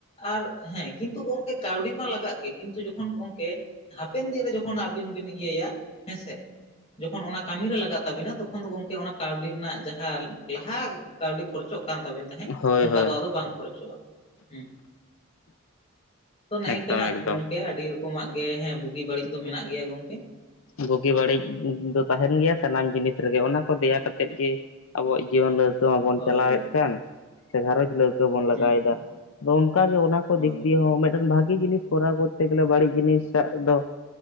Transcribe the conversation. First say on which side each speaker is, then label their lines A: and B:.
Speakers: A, on the left; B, on the left.
A: ᱟᱨ ᱦᱮᱸ ᱠᱤᱱᱛᱩ ᱜᱚᱝᱠᱮ ᱠᱟᱹᱣᱰᱤ ᱢᱟ ᱞᱟᱜᱟᱜ ᱜᱮ, ᱠᱤᱱᱛᱩ ᱡᱚᱠᱷᱚᱱ ᱜᱚᱝᱠᱮ ᱦᱟᱯᱮᱱ ᱫᱤᱱ ᱨᱮ ᱡᱚᱠᱷᱚᱱ ᱟᱹᱵᱤᱱ ᱵᱤᱱ ᱤᱭᱟᱹᱭᱟ, ᱦᱮᱸᱥᱮ ᱡᱚᱠᱷᱚᱱ ᱚᱱᱟ ᱠᱟᱹᱢᱤᱨᱮ ᱞᱟᱜᱟᱜ ᱛᱟᱵᱤᱱᱟ ᱛᱚᱠᱷᱚᱱ ᱫᱚ ᱜᱚᱢᱠᱮ ᱚᱱᱟ ᱠᱟᱹᱣᱰᱤ ᱨᱮᱱᱟᱜ ᱡᱟᱦᱟᱸ ᱞᱟᱦᱟ ᱠᱟᱹᱣᱰᱤᱼᱼ ᱠᱷᱚᱨ ᱪᱚᱜ ᱠᱟᱱ ᱛᱟᱵᱮᱱ ᱛᱟᱦᱮᱸᱫ
B: ᱦᱳᱭ
A: ᱚᱱᱠᱟ
B: ᱦᱳᱭ
A: ᱫᱚ ᱟᱫᱚ ᱵᱟᱝ ᱠᱷᱚᱨᱪᱚᱜᱼᱟ ᱦᱩᱸ᱾ ᱛᱚ ᱱᱮᱜᱝᱠᱟᱱᱟᱜ
B: ᱮᱠᱫᱚᱢ ᱮᱠᱫᱚᱢ
A: ᱜᱚᱝᱠᱮ ᱟᱹᱰᱤ ᱨᱚᱠᱚᱢᱟᱜ ᱜᱮ ᱦᱮᱸ ᱵᱩᱜᱤ ᱵᱟᱹᱲᱤᱡ ᱫᱚ ᱢᱮᱱᱟᱜ ᱜᱮᱭᱟ ᱜᱚᱝᱠᱮ᱾
B: ᱵᱳᱜᱤ ᱵᱟᱹᱲᱤᱡ ᱫᱚ ᱛᱟᱦᱮᱱ ᱜᱮᱭᱟ ᱥᱟᱱᱟᱢ ᱡᱤᱱᱤᱥ ᱨᱮᱜᱮ ᱚᱱᱟ ᱠᱚ ᱫᱮᱭᱟ ᱠᱟᱛᱮᱫ ᱜᱮᱼᱼ ᱟᱵᱚᱣᱟᱜ ᱡᱤᱭᱚᱱ ᱞᱟᱹᱣᱠᱟᱹ ᱢᱟᱵᱚᱱ
A: ᱦᱳᱭ
B: ᱪᱟᱞᱟᱣᱮᱫ
A: ᱦᱳᱭ
B: ᱠᱟᱱ ᱥᱮ ᱜᱷᱟᱨᱚᱸᱡᱽ ᱞᱟᱹᱣᱼᱼ ᱫᱚ ᱵᱚᱱ ᱞᱟᱜᱟᱣᱮᱫᱟ
A: ᱦᱩᱸ ᱦᱩᱸ
B: ᱟᱫᱚ ᱚᱱᱠᱟᱜ ᱜᱮ ᱚᱱᱟ ᱠᱚ ᱫᱤᱠ
A: ᱦᱳᱭ
B: ᱫᱤᱭᱮ
A: ᱦᱳᱭ
B: ᱦᱚᱸ ᱢᱤᱫᱼᱼ ᱵᱷᱟᱜᱤ ᱡᱤᱱᱤᱥ ᱠᱚᱨᱟᱣ ᱠᱚᱨᱛᱮ ᱜᱮᱞᱮ ᱵᱟᱹᱲᱤᱡ ᱡᱤᱱᱤᱥᱟᱜ ᱫᱚ